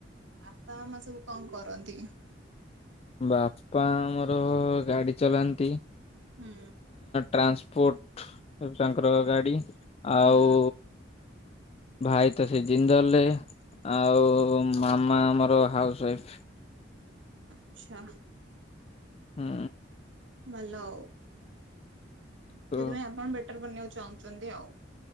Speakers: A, on the right; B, on the left.
A: ଆପା ମାମା ସବୁ କଣ କରନ୍ତି?
B: ବାପା ଆମର ଗାଡି ଚଲାନ୍ତି।
A: ହୁଁ
B: ଟ୍ରାନ୍ସପୋର୍ଟ ତାଙ୍କର ଗାଡି ଆଉ
A: ହୁଁ
B: ଭାଇ ତ ସେ ଜିନ୍ଦଲେ ରେ ଆଉ ମାମା ଆମର ହାଉସ ୱାଇଫ।
A: ଆଛା
B: ହୁଁ
A: <unintelligible>
B: ତ
A: ସେଥିପାଇଁ ଆପଣ ବେଟର ବନେଇବାକୁ ଚାହୁଁଛନ୍ତି ଆଉ।